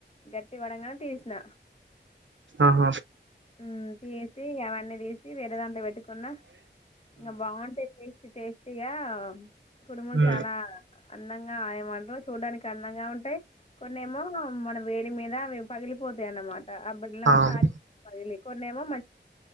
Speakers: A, on the left; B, on the right.
A: గట్టి పడంగానే తీసిన
B: ఆహ
A: మ్ తీ సి అవన్నీ తీసి వేరే దాంట్లో పెట్టుకున్నా న్నా ఇంకా బాగుంటే టేస్టీ టేస్టీగా కుడుములు
B: హ్మ్.
A: చాలా అందంగా ఏమంటారు చూడడానికి అందంగా ఉంటాయి కొన్నేమో మన వేడి మీద పగిలిపోతాయి అన్నమాట ఆ బెల్లం
B: అవును.
A: కారిపోతాయి కొన్నేమో అ